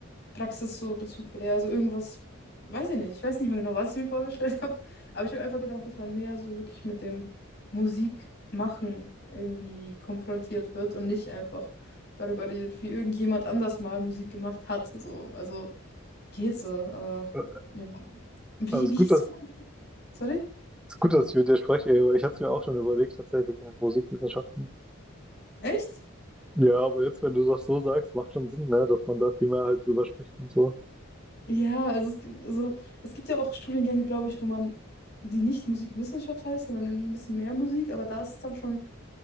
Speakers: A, on the left; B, in the centre.
A: Praxis so Bezug wäre. Also irgendwas, weiß ich nicht. Ich weiß nicht mehr genau, was ich mir <laughs> vorgestellt habe. Aber ich habe einfach gedacht, dass man mehr so wirklich mit dem Musikmachen irgendwie konfrontiert wird und nicht einfach darüber redet, wie irgendjemand anders mal Musik gemacht hat. So, also geht so. Aber,
B: Äh,
A: ja. Wie,
B: Also
A: wie
B: ist
A: hieß
B: gut, dass,
A: so? Sorry?
B: ist gut, dass ich mit dir spreche, aber ich hatte es mir auch schon überlegt, tatsächlich in Musikwissenschaften.
A: Echt?
B: Ja, aber jetzt, wenn du das so sagst, macht schon Sinn, ne, dass man da viel mehr halt drüber spricht und so.
A: Ja, also es gibt, also es gibt ja auch Studiengänge, glaube ich, wo man die nicht Musikwissenschaft heißt, sondern ein bisschen mehr Musik, aber da ist es dann schon,